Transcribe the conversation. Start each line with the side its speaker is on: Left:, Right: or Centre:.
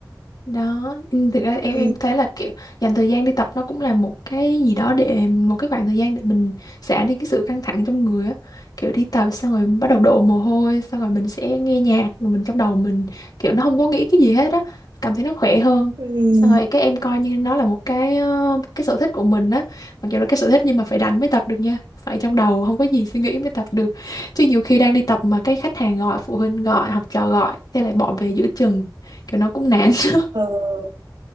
Left: đó Ừ, thực ra em
Right: ừ.
Left: em thấy là kiểu dành thời gian đi tập nó cũng là một cái gì đó để một cái khoảng thời gian để mình xả đi cái sự căng thẳng trong người á kiểu đi tập xong rồi bắt đầu đổ mồ hôi xong rồi mình sẽ nghe nhạc mà mình trong đầu mình kiểu nó không có nghĩ cái gì hết á cảm thấy nó khỏe hơn
Right: Ừ.
Left: xong rồi các em coi như nó là một cái ờ, cái sở thích của mình á mặc dù là cái sở thích nhưng mà phải đánh mới tập được nha phải trong đầu không có gì suy nghĩ mới tập được chứ nhiều khi đang đi tập mà cái khách hàng gọi phụ huynh gọi học trò gọi thế lại bỏ về giữa chừng kiểu nó cũng nản <laughs>
Right: Ừ.